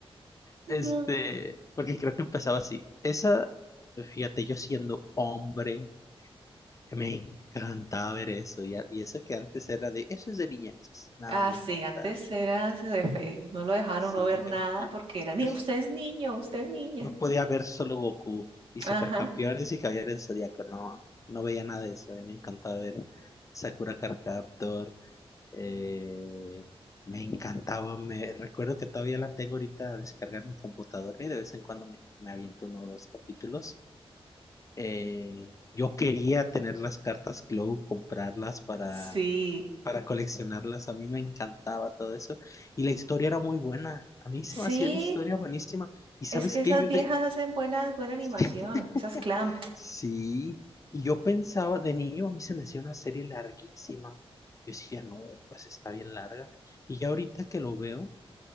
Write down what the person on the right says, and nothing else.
No.
Así,
antes era, se de fe- no lo dejaron
uno ver nada
porque era, ni
usted es niño, usted es niña.
Ajá,
sí,
sí,
es que
esas
viejas
hacen buena, buena animación,
esas Clamp.